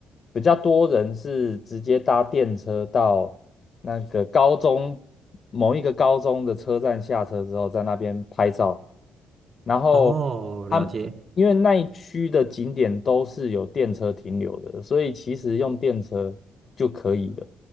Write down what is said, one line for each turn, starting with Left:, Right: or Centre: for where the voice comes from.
Left: 比较多人是直接搭电车到那个高中某一个高中的车站下车之后，在那边拍照，然后他因为那一区的景点都是有电车停留的，
Right: 哦，了解。
Left: 所以其实用电车就可以了。